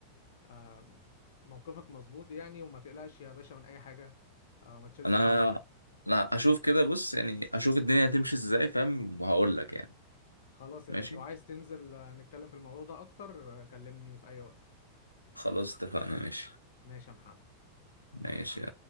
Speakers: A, on the left; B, on the left.
A: آم، موقفك مظبوط يعني وما تقلقش يا باشا من اي حاجه او ما تشيلش
B: انا
A: هم
B: لا اشوف كده بص يعني اشوف الدنيا هتمشي ازاي فاهم وهقول لك يعني
A: خلاص يا
B: ماشي
A: باشا وعايز تنزل آه، نتكلم في الموضوع ده اكتر آه، كلمني في اي وقت
B: خلاص اتفقنا ماشي
A: ماشي يا محمد
B: ماشي